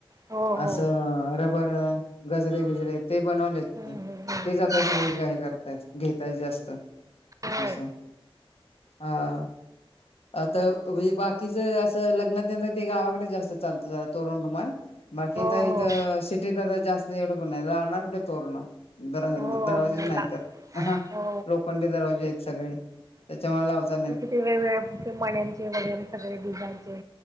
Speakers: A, on the right (about 35°); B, on the left (about 90°).
A: हो हो
B: असं रबर गजरे बिजरे ते बनवलेत
A: हम्म
B: मी,
A: हम्म हम्म
B: तेच आता सगळे हे करतायत घेता आहेत जास्त
A: होय.
B: असं, हा. आता व बाकीचं असं लग्नात नाहीतर ते गावाकडच जास्त चालतं ते तोरण रुमाल. बाकी
A: हो
B: आता
A: हो
B: इथं सिटीत आता जास्त एवढं कोण नाही, लावणार कुठे तोरणं? दर
A: हो
B: दरवाजेच
A: मला
B: नाही तर, हा
A: हो.
B: लोखंडी दरवाजे आहेत सगळे. त्याच्यामुळे लावता नाही येत.
A: ते वेगवेगळ्या ते मण्यांचे वगैरे सगळे डिझायनचे